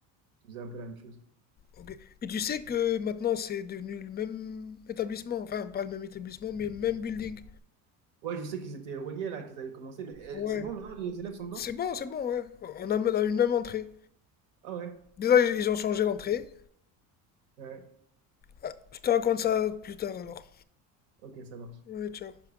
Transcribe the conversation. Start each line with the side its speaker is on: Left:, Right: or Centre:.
Right: qui faisait un peu la même chose.
Left: Ok. Et tu sais que maintenant c'est devenu le même établissement. Enfin, pas le même établissement, mais le même building.
Right: Ouais, je sais qu'ils étaient reliés, là, qu'ils avaient commencé, mais
Left: Ouais.
Right: euh, c'est bon, maintenant les élèves sont dedans?
Left: C'est bon, c'est bon, ouais. On a, on a une même entrée.
Right: Ah ouais,
Left: Déjà, ils ont changé l'entrée.
Right: ouais,
Left: Ah, Je te raconte ça plus tard alors.
Right: ok, ça marche.
Left: Ouais, ciao.